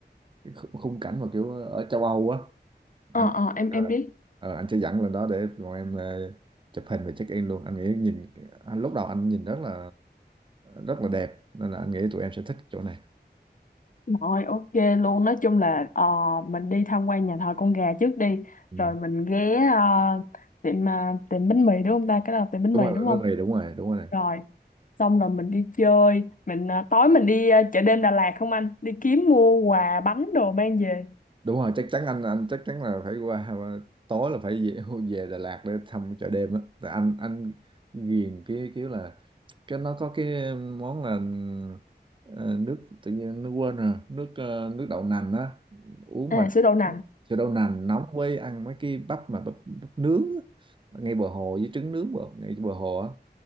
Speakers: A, on the right (about 30°); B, on the left (about 50°).
A: khu- khung cảnh mà kiểu ở châu Âu á
B: ờ
A: anh
B: ờ, em
A: Ờ,
B: em biết
A: ờ, anh sẽ dẫn lên đó để bọn em ờ, chụp hình và check in luôn anh nghĩ nhìn anh, lúc đầu anh nhìn rất là rất là đẹp nên là anh nghĩ tụi em sẽ thích chỗ này
B: rồi ok luôn nói chung là ờ, mình đi tham quan nhà thờ con gà trước đi
A: ừ.
B: rồi mình ghé ờ, tiệm ờ, tiệm bánh mì đúng không ta cái đó là tiệm bánh
A: đúng
B: mì
A: rồi
B: đúng không
A: bởi vì đúng rồi đúng rồi
B: rồi xong rồi mình đi chơi mình à, tối mình đi à, chợ đêm Đà Lạt không anh đi kiếm mua quà bánh đồ mang về
A: đúng rồi chắc chắn anh anh chắc chắn là phải qua tối là phải về, về Đà Lạt để thăm chợ đêm á Tại anh anh ghiền cái kiểu là cái nó có cái món là ờ, nước tự nhiên nó quên rồi nước ờ, nước đậu nành á uống
B: à
A: mà
B: sữa đậu nành
A: sữa đậu nành nóng với ăn mấy cái bắp mà bắp, bắp nướng á, ngay bờ hồ với trứng nướng bờ, ngay bờ hồ á